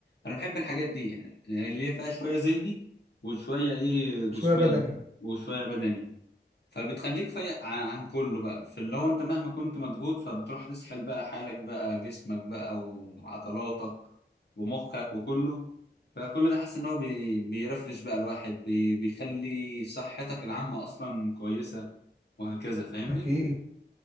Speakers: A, on the left (about 65°); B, on the right (about 35°).
A: أنا بحب الحاجات دي يعني يعني اللي هي فيها شوية ذهني وشوية إيه جسماني
B: شوية بدني
A: وشوية بدني فبتخليك فايق ع- عن كله بقى في اللي هو أنت مهما كنت مضغوط فبتروح تسحل بقى حالك بقى جسمك بقى وعضلاتك ومخك وكله فكل ده حاسس إن هو بي... بيرفرش بقى الواحد بي... بيخلي صحتك العامة أصلا كويسة وهكذا فاهمني؟
B: اكيد